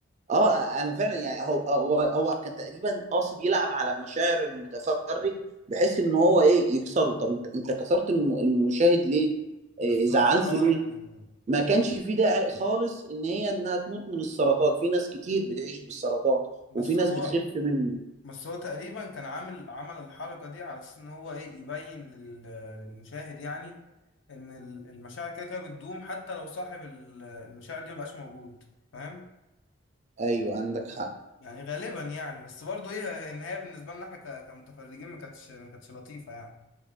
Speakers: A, on the right; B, on the left.
A: اه انا فعلا يعني هو هو هو كان تقريبا قاصد يلعب على مشاعر المتفرج بحيث ان هو ايه يكسره طب انت انت كسرت الم... المشاهد ليه
B: بالظبط
A: إيه زعلته
B: اه
A: ليه
B: يعني
A: ما كانش في داعي خالص ان هي انها تموت من السرطان في ناس كتير بتعيش بالسرطان
B: بس
A: وفي ناس
B: هو
A: بتخف منه
B: بس هو تقريبا كان عامل عمل الحركة دي على اساس ان هو ايه يبين لل- للمشاهد يعني ان ال- المشاعر كده كده بتدوم حتى لو صاحب ال- المشاعر دي مبقاش موجود فاهم
A: ايوه عندك حق
B: يعني غالبا يعني بس برضه ايه النهاية بالنسبة لنا احنا ك- كمتفرجين ما كانتش ما كانتش لطيفة يعني